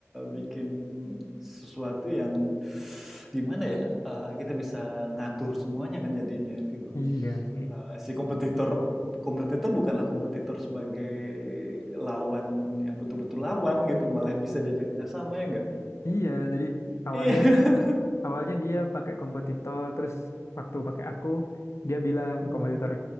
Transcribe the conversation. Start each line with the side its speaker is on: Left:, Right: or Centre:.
Centre: bikin sesuatu yang gimana ya? eh, kita bisa ngatur semuanya kan jadinya, Vigo.
Left: Iya sih.
Centre: Eh, si kompetitor kompetitor bukanlah kompetitor sebagai lawan yang betul-betul lawan gitu, malah bisa diajak kerjasama ya enggak?
Left: Iya, jadi awalnya
Centre: Iya,
Left: awalnya dia pakai kompetitor terus waktu pakai aku dia bilang
Centre: Hmm.
Left: kompetitor